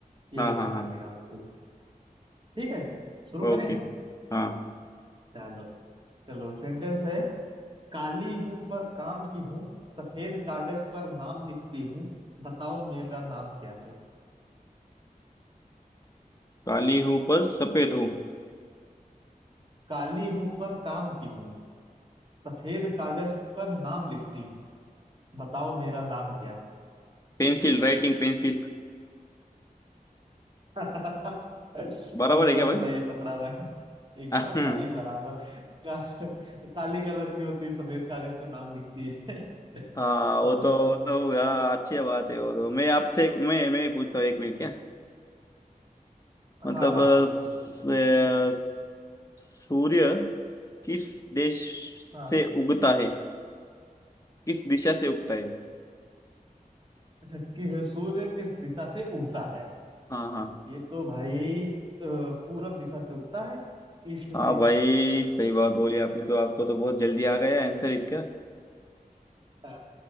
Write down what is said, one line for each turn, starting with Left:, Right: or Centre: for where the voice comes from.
Right: यही
Left: हाँ
Right: बताना
Left: हाँ हाँ
Right: रहेगा आपको ठीक है शुरू
Left: ओके
Right: करें
Left: हाँ
Right: चलो चलो सेंटेंस है काली हूं पर काम की हूँ सफेद कागज पर नाम लिखती हूँ बताओ मेरा नाम क्या है
Left: काली हूं पर सफेद हूं
Right: काली हूं पर काम की हूँ सफेद कागज पर नाम लिखती हूँ बताओ मेरा नाम क्या
Left: Pencil writing pencil
Right: है <laughs>
Left: बराबर
Right: एकदम
Left: है क्या भाई
Right: सही पकड़ा भाई एकदम
Left: <laughs> हाँ
Right: भाई बराबर का, काली कलर की होती है सफेद कागज पर नाम लिखती है <laughs> तो,
Left: हाँ, वो तो वो तो हाँ, अच्छी बात है वो तो मैं आपसे मैं मैं पूछता हूँ एक मिनट क्या मतलब
Right: हाँ हाँ
Left: अ,
Right: पूछो
Left: स-
Right: पूछो पूछो
Left: अ, सूर्य किस देश
Right: हाँ
Left: से उगता है किस दिशा से उगता है
Right: अच्छा किस सूर्य किस दिशा से उगता है
Left: हाँ हाँ
Right: ये तो भाई अ, पूरब दिशा से उगता है ईस्ट से
Left: हाँ भाई सही बात बोली आपने तो आपको तो बहुत जल्दी आ गया आंसर इसका
Right: हाँ,